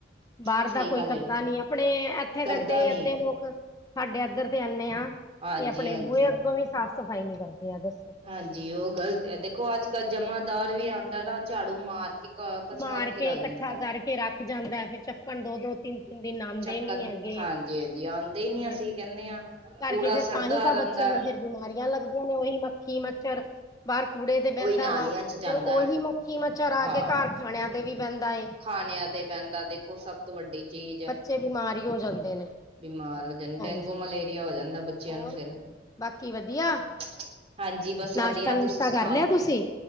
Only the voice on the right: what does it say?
ਸਹੀ
ਗੱਲ
ਏ
ਕਰਦਾ
ਨੀ
ਹਾਂਜੀ
ਹਾਂਜੀ
ਹਾਂਜੀ ਉਹ ਗਲਤ ਆ ਦੇਖੋ ਅੱਜ- ਕੱਲ੍ਹ ਜਮਾਦਾਰ ਵੀ ਆਉਂਦਾ ਨਾ ਝਾੜੂ ਮਾਰ ਇੱਕ ਕੱਚਰਾਂ
ਉੱਥੇ ਰੱਖ
ਜਾਂਦਾ ਐ।
ਚੱਕਣ
ਹਾਂਜੀ ਹਾਂਜੀ ਆਉਂਦੇ ਹੀ ਨੀ
ਅਸੀਂ ਕਹਿੰਦੇ ਹਾਂ
ਕੂੜਾ
ਸੜਦਾ
ਰਹਿੰਦਾ
ਉਹੀ ਨਾਲਿਆਂ
ਚ ਜਾਂਦਾ
ਹੈ।
ਹਾਂ
ਖਾਣਿਆਂ ਤੇ ਬਹਦਾ ਦੇਖੋ ਸਭ ਤੋਂ ਵੱਡੀ ਚੀਜ਼
ਬਿਮਾਰ ਹੋ ਜਾਂਦਾ
ਡੇਂਗੂ ਮਲੇਰੀਆ ਹੋ ਜਾਂਦਾ ਬੱਚ ਬੱਚਿਆਂ
ਨੂੰ ਫਿਰ
<unintelligible> ਹਾਂਜੀ ਬਸ
ਵਧੀਆ
ਤੁਸੀਂ ਸੁਣਾਓ।